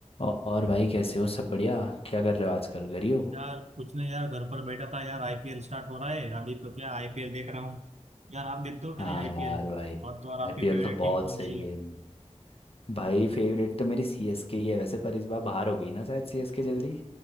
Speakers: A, on the left; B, on the right.
A: और भाई कैसे हो सब बढ़िया क्या कर रहे हो आजकल घर ही हो
B: यार कुछ नहीं यार घर पर बैठा था यार आईपीएल स्टार्ट हो रहा है अभी तो क्या आईपीएल देख रहा हूँ यार आप देखते हो क्या
A: हाँ
B: नहीं आईपीएल
A: यार भाई
B: और तो और आपकी
A: आईपीएल
B: फेवरेट
A: तो
B: टीम
A: बहुत
B: कौन
A: सही
B: सी
A: गेम भाई फेवरेट तो मेरी सीएसके ही है वैसे पर इस बार बाहर हो गई ना शायद सीएसके जल्दी